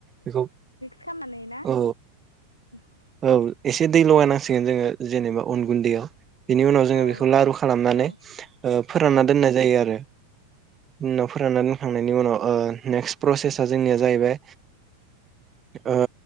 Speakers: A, on the right (about 25°); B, on the left (about 85°).
A: बेखौ
B: खालामानानै ना।
A: औ
B: <inaudible>
A: औ एसे दै लगाय नांसिगोन जोङो जेनेबा अन गुन्दैयाव बिनि उनाव जोङो
B: औ
A: बेखौ लारु खालामनानै
B: औ
A: ओ फो फोरानना दोननाय जायो आरो बि उनाव फोरानना दोनखांनायनि उनाव ओ नेक्स्ट प्रसेस जोंनिया जाहैबाय ओ